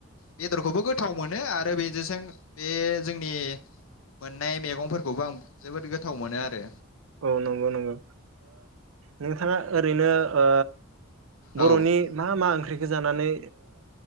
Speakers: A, on the left; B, on the right.
A: बेदरखौबो गोथाव मोनो आरो बेजों बे जोंनि मोननाय मैगंफोरखौबो आं जोबोद गोथाव मोनो आरो।
B: औ नंगौ नंगौ। नोंथाङा ओरैनो ओ बर'नि
A: औ
B: मा मा? ओंख्रिखौ जानानै